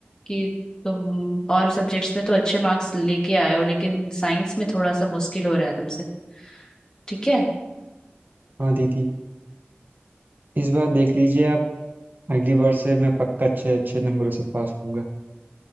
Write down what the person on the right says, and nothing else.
हाँ दीदी इस बार देख लीजिए आप अगली बार से मैं पक्का अच्छे अच्छे नंबरों से पास होऊंगा